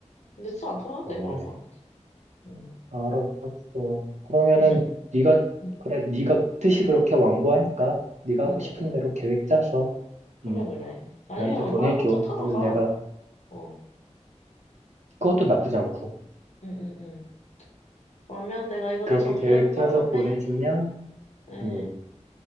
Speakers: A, on the left; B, on the right.
A: 근데 진짜 안 타봐도 돼
B: 너무하네.
A: 그런 건. 음.
B: 알았어. 그러면은,
A: <laughs>
B: 네가,
A: 응,
B: 그래, 네가 뜻이 그렇게 완고하니까, 네가
A: 응,
B: 하고
A: 응,
B: 싶은
A: 응,
B: 대로 계획 짜서,
A: 그래,
B: 음,
A: 그래. 아니면
B: 나한테 보내줘.
A: 말 혼자 타러
B: 그러면
A: 가.
B: 내가,
A: 어.
B: 그것도 나쁘지 않고,
A: 응, 응, 응. 그러면 내가 이거
B: 그렇게
A: 다 정리한
B: 계획 짜서
A: 다음에,
B: 보내주면,
A: 예,
B: 음,